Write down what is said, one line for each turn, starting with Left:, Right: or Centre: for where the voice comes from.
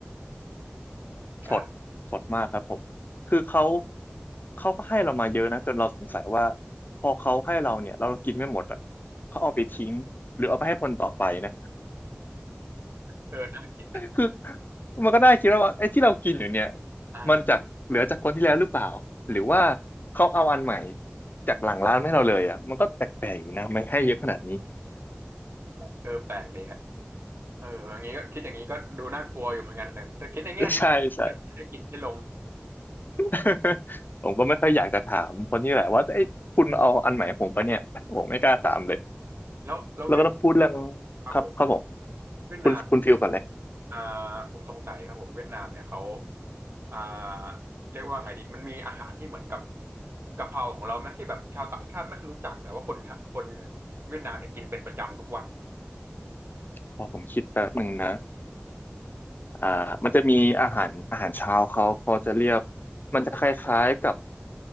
Right: ใช่
Left: สดสดมากครับผมคือเขาเขาก็ให้เรามาเยอะนะจนเราสงสัยว่าพอเขาให้เราเนี่ยเรากินไม่หมดอ่ะเขาเอาไปทิ้งหรือเอาไปให้คนต่อไปนะ
Right: เออน่ากินนะ
Left: คือมันก็ได้คิดแล้วว่าไอ้ที่เรากินอยู่เนี่ย
Right: อ่า
Left: มันจากเหลือจากคนที่แล้วหรือเปล่าหรือว่าเขาเอาอันใหม่จากหลังร้านให้เราเลยอ่ะมันก็แปลกๆอยู่นะไม่ให้เยอะขนาดนี้
Right: เออแปลกดีฮะเอออย่างนี้ก็คิดอย่างนี้ก็ดูน่ากลัวอยู่เหมือนกันแต่แต่คิดในแง่ดี
Left: <laughs> ใช่ใช่
Right: จะได้กินให้ลง
Left: <laughs> ผมก็ไม่ค่อยอยากจะถามคนที่แหละว่าไอ้ยคุณเอาอันใหม่ให้ผมปะเนี่ยผมไม่กล้าถามเลย
Right: <laughs> แล้วแล้วเวียด
Left: แล้วก็ต้องพูดเรื่อง
Right: ครับผม
Left: ครับครับผม
Right: เวียดนาม
Left: คุณคุณฟิลก่อนเลย
Right: อ่าผมสงสัยครับผมเวียดนามเนี่ยเขาอ่าเรียกว่าไงดีมันมีอาหารที่เหมือนกับกะเพราของเราไหมที่แบบชาวต่างชาติไม่ค่อยรู้จักแต่ว่าคนไทคนเวียดนามเนี่ยกินเป็นประจำทุกวัน
Left: ขอผมคิดแป๊บหนึ่งนะอ่ามันจะมีอาหารอาหารเช้าเขาเขาจะเรียกมันจะคล้ายๆกับ